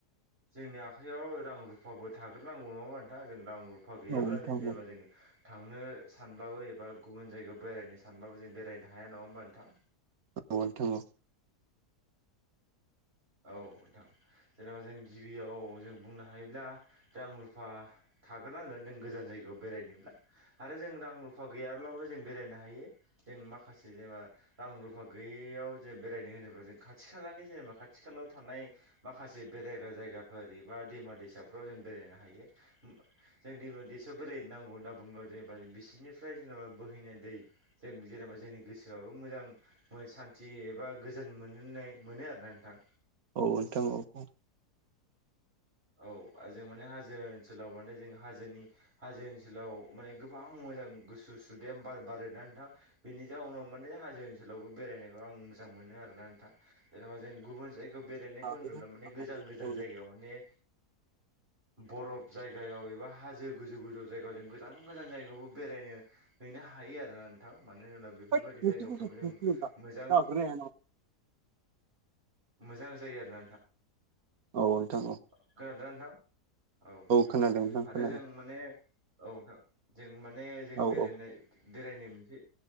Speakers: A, on the right; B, on the right.
A: जोंनि आखयाव रां रुफाबो थाग्रोनांगौ नङामा नोंथां जों रां रु फा गैयाब्ला
B: औ नोंथां
A: जों जेनेबा
B: औ
A: जोङो थांनो सानब्लाबो एबा गुबुन जायगायाव बेरायनो सानब्लााबो जों बेरायनो हाया नङा होमबा नोंथां?
B: औ नोथां औ।
A: औ थां जेनेबा जों गिबियाव जों बुंनो हायोब्ला दां रुफा थाग्रो नांगोन नों गोजान जायगायाव बेरायनोब्ला। आरो जों रां रुफा गैयाब्लाबो जों बेरायनो हायो, जों माखासे जेनेबा रां रुफा गैयै बेयाव जे बेरायनो होनोब्ला जों खाथि खालानि जेनेबा खा थिखालाव थानाय माखासे बेरायग्रा जायगाफोर एबा दैमा दैसाफ्राव जों बेरायनो हायो। जों दैमा दैसा बोरायनो नांगौ होनना बुंबा जेनेबा जों बिसोरनिफ्राय जेनेबा बोहैनाय दै जे जेनेबा जोंनि गोसोआबो मोजां मो सान्थि एबा गोजोन मोननोनै मोनो आरोना नोंथां।
B: अ नोथां औ।
A: औ आ जों माने हाजो ओनसोलाव माने जों हाजोनि हाजो ओनसोलाव माने गोबां मोजां गोसु सुदे बार बारो ना नोंथां, बेनि जाउनाव माने हाजो ओनसोलावबो बेरायनायखौ आं मोजां मोनो आरोना नोंथां, जेनेबा जों गुबुन जायगायाव बेरायनायखौ
B: नोंथां
A: नुला माने गोजान गोजान
B: औ
A: जायगायाव माने बरफ जायगायाव एबा हाजो गोजौ गोजौ जायगायाव जों गोजान गोजान जायगायावबो बेरायनो है नो हायो आरोना नोंथां। मानो होनोबो बेफोरबायदि
B: होद नोंसो
A: जायगाफ्राव
B: बोसोरसेल'सैब्रा
A: जों मोजां
B: जाग्रोनो
A: <inaudible>
B: हाया नामा?
A: मोजां जायो आरोना
B: औ नोंथां औ।
A: खोनादोना नोंथां? औ नोंथां
B: खोनादों नोंथां
A: आरो
B: खोनादों
A: जों माने औ नोंथां जों माने जों
B: औ
A: बेरायनाय
B: औ
A: बेरायनो मोनसे